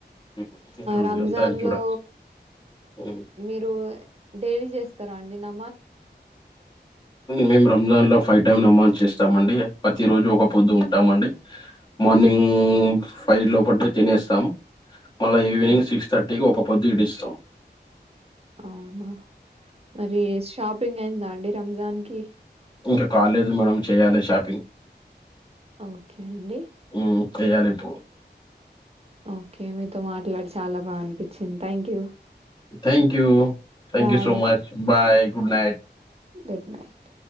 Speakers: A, on the left (about 25°); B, on the right (about 35°).
A: ఉమ్. ఇప్పుడు
B: రంజాన్
A: అంతా ఏం చూడ
B: లో
A: ఉమ్.
B: మీరు డైలీ చేస్తారా అండి నా
A: మేము రంజాన్ లో ఫైవ్ టైమ్ నమాస్ చేస్తాం స్తామండి ప్రతి రోజు ఒక పొద్దు ఉంటామండి మార్నింగ్
B: హ్మ్.
A: ఫైవ్ లో పడ్డ తినేస్తం మళ్ళా ఈవినింగ్
B: హ్మ్.
A: సిక్స్ థర్టీకి ఒక పొద్దిడుస్తామ్
B: అవునా మరి షాపింగ్ అయిందా అండి రంజాన్ కి
A: ఇంకా కాలేదు మేడం చేయ్యాలి షాపింగ్
B: ఓకే అండి
A: హ్మ్. చేయాలిప్పుడు.
B: ఓకే మీతో మాట్లాడి చాలా బాగా అనిపించింది thank you
A: thank you thank
B: bye.
A: you so Much bye good night
B: good night